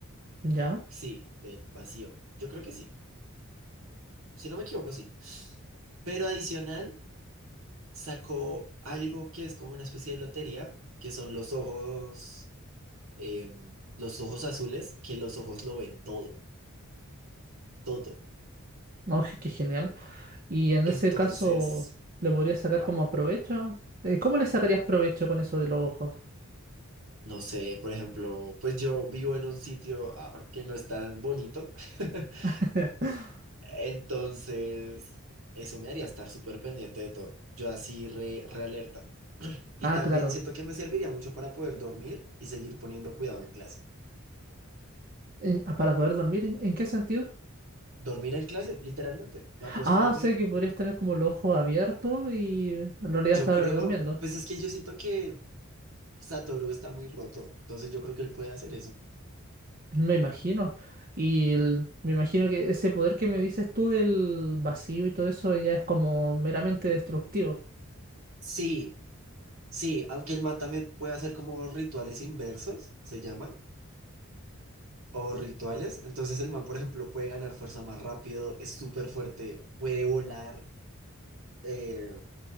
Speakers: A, on the right; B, on the right.
A: <laughs> Ya.
B: Sí, del vacío. Yo creo que sí. Si no me equivoco, sí. Pero adicional, sacó algo que es como una especie de lotería, que son los ojos, em, los ojos azules, que los ojos lo ven todo, todo.
A: No, je- qué genial. Y en
B: Entonces,
A: ese caso, ¿le podrías sacar
B: wow,
A: como provecho? Eh, ¿Cómo le sacarías provecho con eso de los ojos?
B: no sé, por ejemplo, pues yo vivo en un sitio ah, que no es tan bonito, <laughs>
A: <laughs>
B: Entonces, eso me haría estar súper pendiente de todo. Yo así re, re alerta.
A: Ah,
B: Y también
A: claro.
B: siento que me serviría mucho para poder dormir y seguir poniendo cuidado en clase.
A: En- ah, para poder dormir, ¿en, en qué sentido?
B: Dormir en clase, literalmente.
A: Ah,
B: Me acuesto a dormir.
A: o sea que podrías tener como los ojos abiertos y en realidad
B: Yo
A: estar
B: creo,
A: durmiendo.
B: pues es que yo siento que Satoru está muy roto. Entonces yo creo que él puede hacer eso.
A: Me imagino. Y el- me imagino que ese poder que me dices tú del vacío y todo eso ya es como meramente destructivo.
B: Sí, sí, aunque el man también puede hacer como rituales inversos, se llaman, o rituales. Entonces el man, por ejemplo, puede ganar fuerza más rápido, es súper fuerte, puede volar. eh,